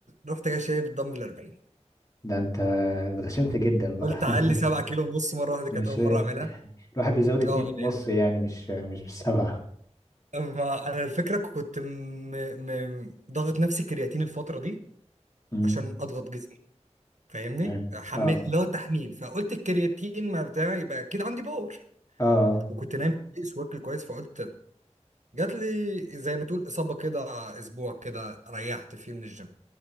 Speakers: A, on the right; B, on the left.
A: رحت جاي شايل الدمبل 40
B: ده انت اتغشمت جدا بقى
A: قلت اعلي
B: <laughs>
A: 7 كيلو ونص مره واحده كانت
B: مش
A: اول مره اعملها
B: الواحد بيزود اتنين
A: اه لأن-
B: ونص يعني مش مش بالسبعة
A: أما انا الفكره كنت م... م... ضاغط نفسي كرياتين الفتره دي
B: امم
A: عشان اضغط جسمي فاهمني
B: تمام
A: حملت
B: اه
A: اللي هو تحميل فقلت الكرياتين ما بتاع يبقى اكيد عندي باور
B: اه
A: وكنت نايم كويس واكل كويس فقلت جات لي زي ما تقول اصابه كده اسبوع كده ريحت فيه من الجيم